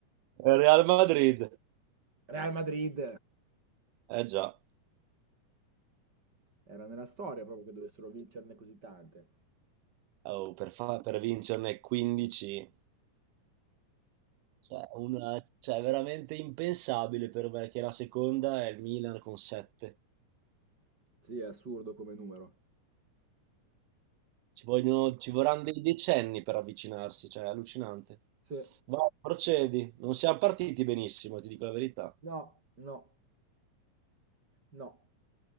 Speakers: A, on the right (about 85°); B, on the right (about 30°).
A: Real Madrid.
B: Real Madrid
A: Eh già.
B: era nella storia proprio che dovessero vincerne così tante.
A: Oh, per, fa- per vincerne 15, cioè, una- cioè, è veramente impensabile per me che la seconda è il Milan con 7.
B: Sì, è assurdo come numero.
A: Ci vogliono- ci vorranno dei decenni per avvicinarsi, cioè, è allucinante.
B: Sì.
A: Vai, procedi. Non siamo partiti benissimo, ti dico la verità.
B: No, no, no.